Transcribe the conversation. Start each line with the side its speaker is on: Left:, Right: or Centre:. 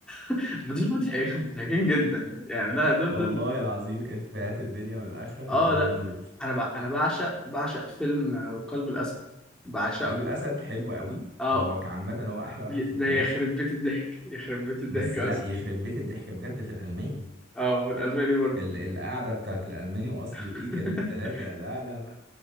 Centre: <laughs> دول مضحكين مضحكين جدا يعني لا دول
Right: والله
Centre: دول
Right: العظيم إفيهات الدنيا والآخرة في
Centre: اه
Right: الفيلمين
Centre: لا
Right: دول
Centre: انا بع- انا بعشق بعشق فيلم آه، قلب الاسد بعشقه
Right: قلب الأسد حلو قوي
Centre: اه
Right: هو كعامة هو أحلى واحد
Centre: ي-
Right: في التلاتة
Centre: ده يخرب بيت الضحك يخرب بيت الضحك
Right: بس لا
Centre: اصلا
Right: يخرب بيت الضحك بجد في الألماني
Centre: اه هو الالماني برضه
Right: ال... القعدة بتاعت الألماني وأصلي وإيكا
Centre: <laughs>
Right: دي التلاتة لا لا لا